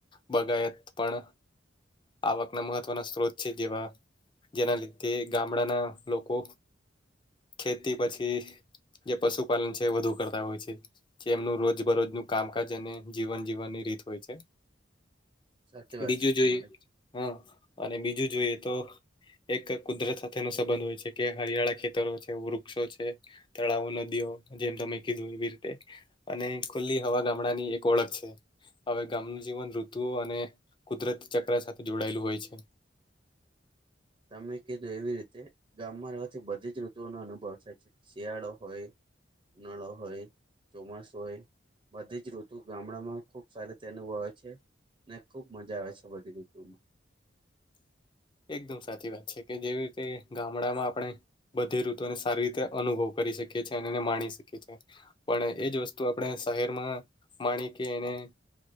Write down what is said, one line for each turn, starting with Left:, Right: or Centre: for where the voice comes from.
Left: બગાયત પણ આવકના મહત્વના સ્ત્રોત છે. જેવા જેના લીધે ગામડાના લોકો ખેતી પછી જે પશુપાલન છે વધુ કરતા હોય છે. જેમનું રોજ બરોજનું કામકાજ અને જીવન જીવાની રીત હોય છે.
Right: સાચી વાત
Left: બીજું
Right: છે તમારી
Left: જોઈએ હા અને બીજું જોઈએ તો. એક કુદરત સાથેનો સંબંધ હોય છે કે હરિયાળા ખેતરો છે વૃક્ષો છે. તળાવો નદીઓ જેમ તમે કીધું એવી રીતે. અને ખુલ્લી હવા ગામડા ની એક ઓળખ છે. હવે ગામનું જીવન ઋતુઓ અને કુદરતી ચક્ર સાથે જોડાયેલું હોય છે.
Right: તમે કીધું એવી રીતે ગામમાં રેવાથી બધી જ ઋતુઓનો અનુભવ થાય છે શિયાળો હોય, ઉનાળો હોય, ચોમાસ હોય. બધી જ ઋતુ ગામડામાં ખુબ સારી તે અનુભવે છે. ને ખુબ મજા આવે છે બધી ઋતુમાં.
Left: એકદમ સાચી વાત છે કે જેવી રીતે ગામડામાં આપણે. બધી ઋતુને સારી રીતે અનુભવ કરી શકીએ છીએ અને એને માણી શકીએ છે. પણ એજ વસ્તુ આપણે શહેરમાં માણી કે એને